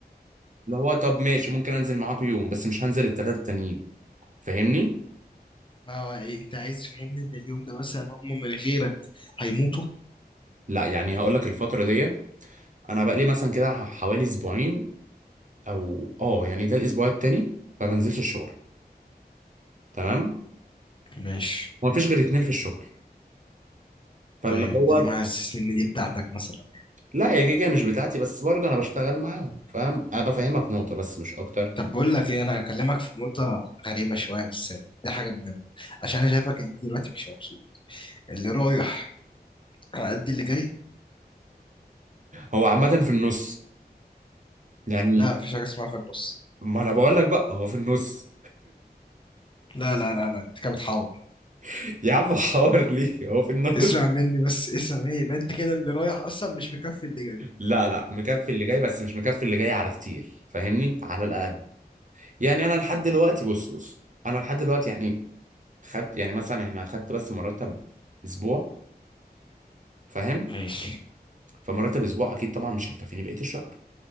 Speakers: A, on the right; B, on the left.
A: اللي هو طب ماشي ممكن انزل معاكم يوم بس مش هنزل التلاتة التانيين فاهمني
B: ما هو ايه انت عايز تفهمني ان اليوم ده مثلا هم من غيرك هيموتوا
A: لا يعني هقول لك الفترة دي انا بقى لي مثلا كده ح- حوالي اسبوعين او اه يعني ده الاسبوع التاني ما بنزلش الشغل تمام
B: ماشي
A: وما فيش غير اتنين في الشغل فاللي
B: طيب انت
A: هو
B: ليه ما حسسني ان دي بتاعتك مثلا
A: لا هي كده كده مش بتاعتي بس برضه انا بشتغل معاهم فاهم انا بفهمك نقطة بس مش اكتر
B: طب بقول لك ايه انا هكلمك في نقطة غريبة شوية بس دي حاجة مهمة عشان انا شايفك انت دلوقتي مش مبسوط اللي رايح على قد اللي جاي
A: هو عامة في النص يعني
B: لا مفيش حاجة اسمها في النص
A: ما انا بقول لك بقى هو في النص
B: لا لا لا لا انت كده بتحور
A: <laughs> يا عم حوار ليه هو في النص
B: اسمع مني بس اسمع مني يبقى انت كده اللي رايح اصلا مش مكفي اللي جاي
A: لا لا مكفي اللي جاي بس مش مكفي اللي جاي على كتير فاهمني على الاقل يعني انا لحد دلوقتي بص بص انا لحد دلوقتي يعني خدت يعني مثلا احنا خدت بس مرتب اسبوع فاهم
B: ماشي
A: فمرتب اسبوع اكيد طبعا مش هيكفيني بقية الشهر